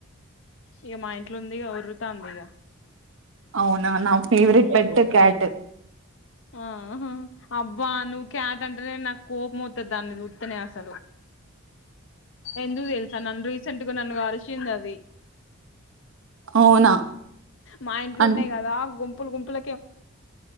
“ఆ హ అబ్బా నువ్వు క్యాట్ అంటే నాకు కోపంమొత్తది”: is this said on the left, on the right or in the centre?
Left